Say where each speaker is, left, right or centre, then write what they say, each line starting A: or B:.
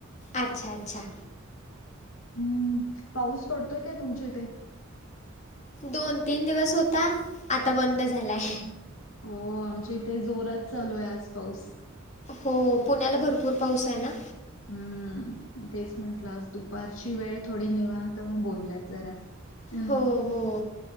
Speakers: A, on the left; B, on the left.
A: अच्छा अच्छा!
B: हम्म पाऊस पडतोय काय तुमच्या इथे?
A: दोन तीन दिवस होता आता बंद झालाय.
B: हो आमच्या इथे जोरात चालू आहे आज पाऊस.
A: हो पुण्याला भरपूर पाऊस आहे ना.
B: हम्म तेच म्हंटलं आज दुपारची वेळ थोडी निवांत मग बोलूयात जरा. हम्
A: हो हो